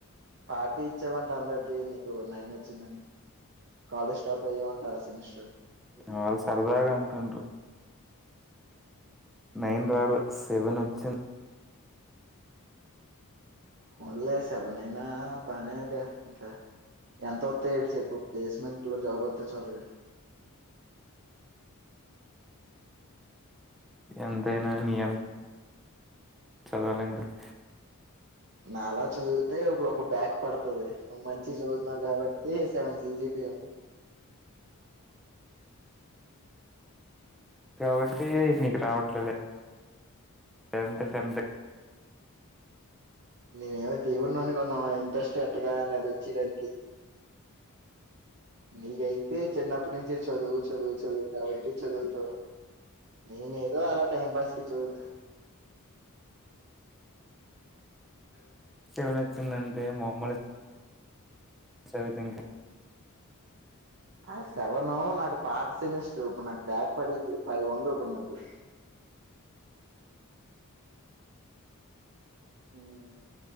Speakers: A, on the right; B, in the centre.
A: పార్టీ ఇచ్చావంట అందరికి నీకు నైన్ వచ్చిందని కాలేజ్ టాప్ అయ్యావంట సెమిస్టర్
B: వాళ్ళు సరదగా అంటుంటారు నైన్ రాలే సెవెన్ వచ్చింది
A: పోన్లే సెవెన్ అయినా బానే గా ఇంకా ఎంత వత్తాయి ఏంటి చెప్పు ప్లేస్మెంట్ లో జాబ్ వ త్తే చాలు లే
B: ఎంతయినా నీ అంత చదవలేం కదా
A: నాలా చదివితే ఇప్పుడు ఒక బ్యాక్ పడుతది నువ్ మంచి చదువుతున్నావు కాబట్టి సెవెన్ జేపీ అం
B: కాబట్టి నీకు రావట్లేలే టెన్త్ టెన్త్
A: నేనే ఏమై దేవున్నా అనుకున్నావా ఇంట్రెస్ట్ పెట్టగానే అది వచ్చేయడానికి నీకయితే చిన్నప్పటి నుంచి చదువు చదువు చదువు కాబట్టి చదువుతావ్ నేను ఏదో అలా టైం పాస్ కి చూదా <inaudible> ఓ
B: సెలవు వచ్చిందంతే మమ్మల్ని సరిపి ఇంకా
A: ఆ సెవను నాకు పాత సెమిస్టర్ ఇప్పుడు నాకు బ్యాక్ పడింది అయి వంద ఇప్పుడు నాకి ఊ ఊ